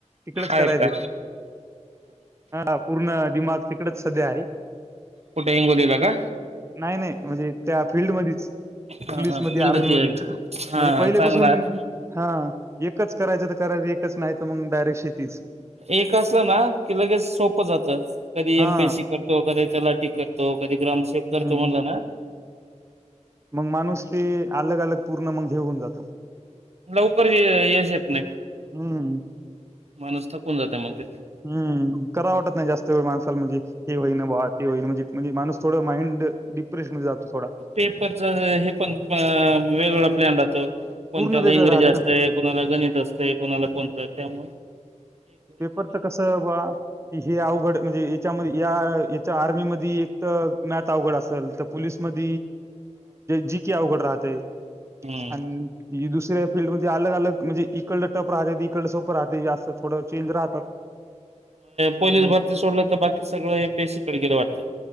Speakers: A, on the right; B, on the right.
A: तिकडेच
B: आहेत
A: करायचं.
B: का
A: ह पूर्ण दिमाग तिकडच. सध्या आहे
B: कुठे हिंगोलीला का?
A: नाही नाही म्हणजे त्या फिल्ड मधीच
B: हा
A: पोलीस
B: हा
A: मध्ये,
B: फिल्ड
A: आर्मी
B: ती
A: मध्येच,
B: आहे का? हा
A: म्हणजे पहिले
B: चांगला
A: पासून
B: आहे
A: हा एकच करायचं तर करायच एकच नाही. मग डायरेक्ट शेतीच.
B: एक कस ना! लगेच सोपं जातं कधी
A: हा
B: एमपीएससी करतो कधी तलाठी करतो. कधी ग्रामसेवक
A: हम्म
B: करतो म्हणला ना?
A: मग माणूस ते अलग -अलग पूर्ण मग घेऊन जातं.
B: लवकर यश येत नाही.
A: हम्म
B: माणूस थकून जाते मग ते.
A: हम्म करा वाटत नाही जास्त वेळ माणसाला म्हणजे ही होई ना बुवा ती होईन म्हणजे म्हणजे माणूस थोडं माइंड डिप्रेशन मध्ये जातो थोडा.
B: पेपरच हे पण वेगळं- आपल्यातो. कोणत्याला
A: पूर्ण वेगळं
B: इंग्रजी
A: राहते
B: असतय
A: ना.
B: कोणाला गणित असतय कोणाला कोणतं त्यामुळ
A: पेपर तर कस बा की हे अवघड म्हणजे याच्यामध्ये या! आर्मी मधी एक तर मॅथ अवघड असेल तर पोललीस मध जीकी अवघड राहते.
B: हम्म
A: अन्. दुसऱ्या फीलल्डमध्ये अलग- अलग म्हणजे इकडलं टप राहतेात इकडं सोपं राहते असं. थोडं चेंज राहतात.
B: पोलीस
A: हम्म.
B: भरती सोडलं तर बाकी सगळं एमपीएस सी कडे गेलं वाटत